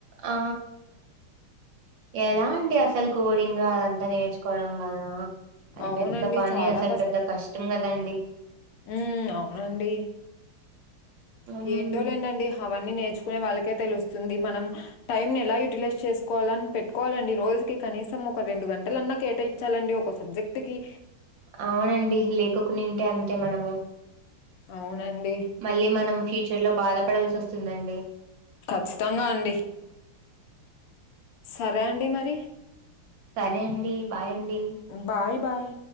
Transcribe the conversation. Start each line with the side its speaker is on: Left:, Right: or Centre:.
Right: ఆ ఎలా అండి అసలు కోడింగ్ ఇగఅదంతా నేర్చుకోవడం కదా అది
Left: అవునండి.
Right: పెద్ద పని
Left: చాలా
Right: అసలు పెద్ద కష్టం కదండి
Left: ఉ అవునండి
Right: హ్మ్.
Left: ఏంటో లేండండి హవీ నేర్చుకునే వాళ్ళకే తెలుస్తుంది మనం టైమ్ ఎలా యుూలైజ్ చేసుకోవాలని పెట్టుకోవాలండి రోజుకి కనీసం ఒక రెండు గంటలన్నా కేటాయి ఇచ్చాలండి ఒక సబ్జెక్ట్ కి
Right: అవునండి లేకకు నింటే అంతే మనము
Left: అవునండి.
Right: మళ్ళీ మనం ఫ్యూచర్ లో బాధపడాల్సి వస్తుందండి
Left: ఖచ్చితంగా అండి సరే అండి మరి
Right: సరే అండి బాయండి
Left: బాయ్ బాయ్